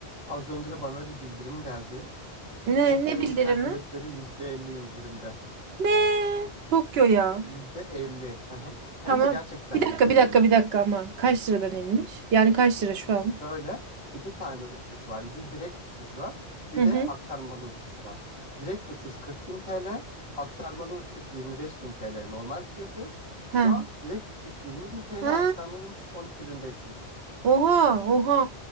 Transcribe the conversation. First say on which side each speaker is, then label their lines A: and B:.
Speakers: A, on the right (about 20°); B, on the right (about 70°).
A: Az önce bana bir bildirim geldi.
B: Ne
A: Tokyo'ya
B: ne
A: uçak
B: bildirimi?
A: biletleri %50 indirimde.
B: Ne? Tokyo ya.
A: %50. hı hı. Hem
B: Tamam.
A: de gerçekten
B: Bir
A: %50.
B: dakika bir dakika bir dakika ama kaç liradan inmiş? Yani kaç lira şu an?
A: Şöyle iki tane uçuş var. Bir direkt uçuş var. Bir
B: Hı hı.
A: de aktarmalı uçuş var. Direkt uçuş 40.000 TL. Aktarmalı uçuş 25.000 TL normal fiyatı. Şu
B: Ha.
A: an direkt uçuş 20.000 TL.
B: Ha.
A: Aktarmalı uçuş 12.500.
B: Oha oha